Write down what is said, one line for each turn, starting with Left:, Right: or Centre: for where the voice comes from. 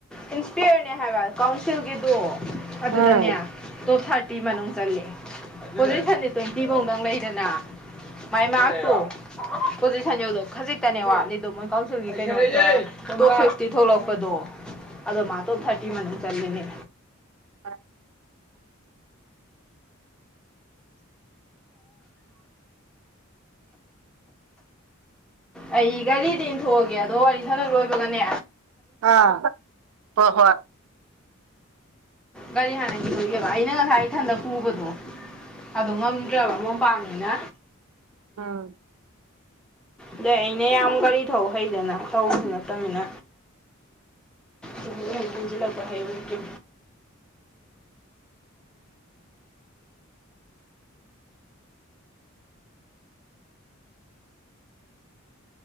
Centre: ꯏꯟꯁꯄꯤꯌꯔꯅꯦ ꯍꯥꯏꯕ ꯀꯥꯎꯟꯁꯤꯜꯒꯤꯗꯣ ꯑꯗꯨꯗꯅꯦ
Right: ꯎꯝ
Centre: ꯇꯣꯞ ꯀꯤ ꯃꯅꯨꯡ ꯆꯜꯂꯦ ꯄꯣꯖꯤꯁꯟꯗꯤ ꯇ꯭ꯋꯦꯟꯇꯤꯕꯨꯛꯇꯪ ꯂꯩꯗꯅ ꯃꯥꯏ ꯃꯥꯔꯛꯇꯣ ꯄꯣꯖꯤꯁꯟ ꯌꯧꯗꯧ ꯈꯖꯤꯛꯇꯅꯦ ꯋꯥꯠꯂꯤꯗꯣ ꯃꯣꯏ ꯀꯥꯎꯟꯁꯤꯜꯒꯤ ꯀꯩꯅꯣ 'inaudible' ꯇꯣꯞ ꯐꯤꯐꯇꯤ ꯊꯣꯛꯂꯛꯄꯗꯣ ꯑꯗꯣ ꯃꯥ ꯇꯣꯞ ꯊꯥꯔꯇꯤ ꯃꯅꯨꯡ ꯆꯜꯂꯤꯅꯤ
Right: ꯑ
Centre: ꯑꯩ ꯒꯔꯤꯗꯤ ꯏꯟꯊꯣꯛꯑꯒꯦ ꯑꯗꯣ ꯋꯥꯔꯤ ꯁꯅ ꯂꯣꯏꯕꯒꯅꯦ
Right: ꯑꯥ ꯍꯣꯏ ꯍꯣꯏ
Centre: ꯒꯥꯔꯤ ꯍꯥꯟꯅ ꯏꯟꯊꯣꯛꯏꯒꯦꯕ ꯑꯩꯅ ꯉꯁꯥꯏ ꯏꯊꯟꯗ ꯄꯨꯕꯗꯨ ꯑꯗꯨ ꯉꯝꯗ꯭ꯔꯕ ꯃꯣꯝꯄꯥꯛꯅꯤꯅ
Right: ꯎꯝ
Centre: ꯑꯗꯩ ꯑꯩꯅ ꯌꯥꯝ ꯒꯥꯔꯤ ꯊꯧꯕ ꯍꯩꯗꯅ ꯊꯧꯕꯁꯨ ꯅꯠꯇꯃꯤꯅ ꯍ ꯍꯖꯤ ꯂꯄꯥ ꯍꯥꯏ ꯑꯣꯏ <unintelligible>